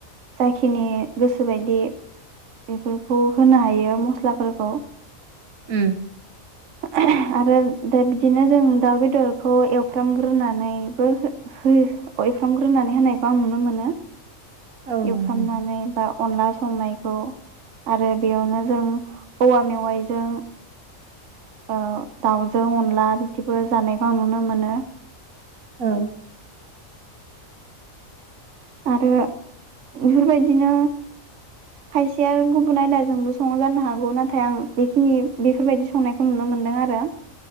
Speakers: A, on the right (about 65°); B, on the right (about 85°).
A: जाखिनि गोसोबादि बेफोरखौ होनो हायो मसलाफोरखौ
B: उम
A: ओह आरो दा बिदिनो जों दाउ बेदरखौ एवफ्रामग्रोनानैबो ओ एवफ्रामग्रोनानै होनायखौ आं नुनो मोनो
B: औ नंगौ
A: एवफ्रामनानै
B: नोंथां
A: बा अनला संनाय औ आरो बेयावनो जों औवा मेवाइजों ओ दाउजों अनला बिदिबो जानायखौ आं नुनो मोनो
B: औ
A: आरो बेफोरबादिनो खायसेआ गुबुन आयदाजोंबो सङो जानो हागौ नाथाय आं बेखिनि बेफोरबादि संनायखौ नुनो मोनदों आरो